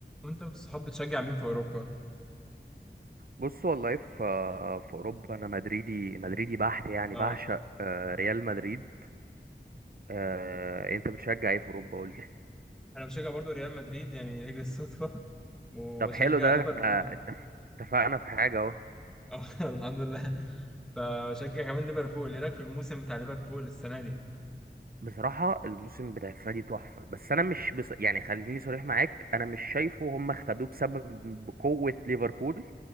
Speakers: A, in the centre; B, on the right.
A: وانت والصحاب بتشجع مين في اوروبا؟
B: بص والله في في اوروبا انا مدريدي مدريدي بحت يعني
A: اه
B: بعشق آه، ريال مدريد آه، انت بتشجع ايه في اوروبا قول لي
A: انا بشجع برضو ريال مدريد يعني لاجل الصدفه وبشجع
B: طب حلو ده
A: ليفربول
B: احنا اتف- اتفقنا في حاجه اهو
A: اه <laughs> الحمد لله فبشجع كمان ليفربول ايه رايك في الموسم بتاع ليفربول السنه دي؟
B: بصراحه الموسم بتاع السنه دي تحفه بس انا مش بص... يعني خليني صريح معاك انا مش شايفه هم خدوه بسبب بقوه ليفربول